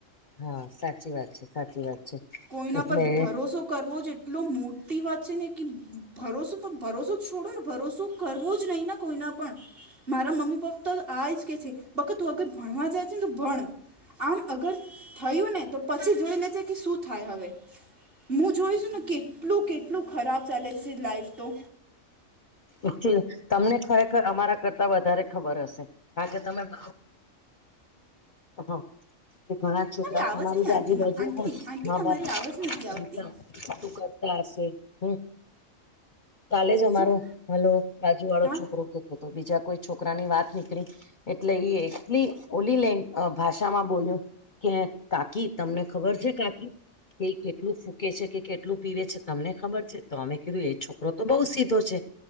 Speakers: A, on the left (about 40°); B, on the right (about 45°).
A: હા સાચી વાત છે સાચી વાત છે
B: કોઈના
A: એટલે
B: પર ભરોસો કરવો જ એટલો મોટી વાત છે ને કે ભરોસો ભરોસો છોડો ને ભરોસો કરવો જ નહી ને કોઈના પણ મારા મમ્મી પપ્પા તો આજ કે છે બકા તું અગર ભણવા જાય છે ને તું ભણ આમ અગર થયું ને તો પછી જોઈ લેજે કે શું થાય હવે હું જોઈશુંને કેટલું કેટલું ખરાબ ચાલે લાઈફ તો
A: એચ્યુલ તમને ખરેખર અમારા કરતા વધારે ખબર હશે. હા તો તમે <unintelligible> હા કે ઘણા છોકરાઓ
B: આવાજ
A: તમારી
B: નહીં
A: જ
B: આવતી
A: આજુ બાજુ
B: મા- આંટી
A: હો <unintelligible>
B: આંટી
A: મા
B: તમારી
A: બાપ
B: આવાજ નથી
A: <inaudible>
B: આવતી
A: ખોટું કરતા હશે હમ કાલે જ અમારો
B: શું
A: હલો બાજુ વાળો
B: હા
A: છોકરો કેતો હતો બીજા કોઈ છોકરાની વાત નીકળી એટલે એ એટલી ઓલી લ <unintelligible> ભાષામાં બોલ્યો. કે કાકી તમને ખબર છે કાકી કે કેટલું ફૂકે છે કે કેટલું પીવે છે? તમને ખબર છે તો અમે કીધું એ છોકરો તો બહુ સીધો છે.